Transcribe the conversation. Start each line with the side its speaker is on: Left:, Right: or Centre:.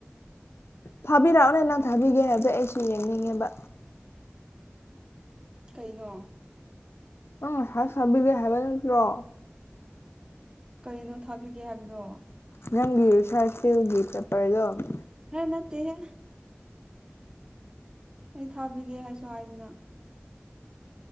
Left: ꯊꯥꯕꯤꯔꯛꯑꯣꯅ ꯅꯪ ꯊꯥꯕꯤꯒꯦ ꯍꯥꯏꯕꯁꯣ ꯑꯩꯁꯨ ꯌꯦꯡꯅꯤꯡꯉꯦꯕ
Right: ꯀꯩꯅꯣ
Left: <unintelligible> ꯁꯥꯕꯤꯒꯦ ꯍꯥꯏꯕ ꯅꯠꯇ꯭ꯔꯣ
Right: ꯀꯔꯤꯅꯣ ꯊꯥꯕꯤꯒꯦ ꯍꯥꯏꯕꯗꯣ
Left: ꯅꯪꯒꯤ ꯔꯨꯁꯥꯔ ꯁꯦꯜꯒꯤ ꯄꯦꯄꯔꯗꯣ
Right: ꯍ ꯅꯠꯇꯦꯍꯦ ꯑꯩ ꯊꯥꯕꯤꯒꯦ ꯍꯥꯏꯁꯨ ꯍꯥꯏꯗꯅ